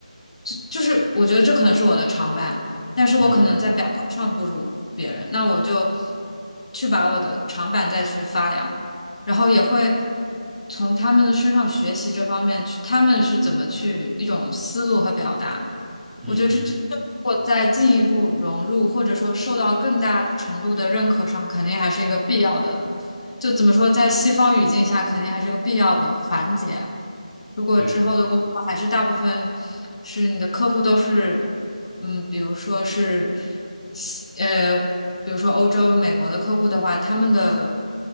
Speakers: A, on the left; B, in the centre.
A: 就就是我觉得这可能是我的长板，但是我可能在表达上不如别人，
B: 嗯
A: 那我就去把我的长板再去发扬，然后也会从他们的身上学习这方面去，他们是怎么去一种思路和表达，
B: 嗯嗯哼，
A: 我觉得这这。这如果再进一步融入，或者说受到更大程度的认可上，肯定还是一个必要的就怎么说，在西方语境下，肯定还是个必要的环节。如果之后的工作还是大部分是你的客户都是，
B: 对。
A: 嗯，比如说是西，呃，比如说欧洲、美国的客户的话，他们的